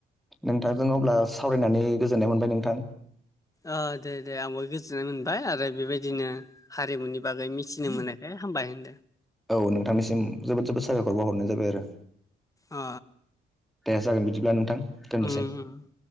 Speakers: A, in the centre; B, on the left.
A: नोंथांजों अब्ला सावरायनानै गोजोननाय मोनबाय नोंथां
B: अ दे दे आंबो गोजोननाय मोनबाय आरो बेबायदिनो हारिमुनि बागै मिथिनो मोनाखै हामबाय होनदों
A: औ नोंथांनिसिम जोबोद जोबोद साबायखर बावहरनाय जाबाय आरो
B: अ
A: देाया जागोन बिदिब्ला नोंथां दोननोसै
B: उम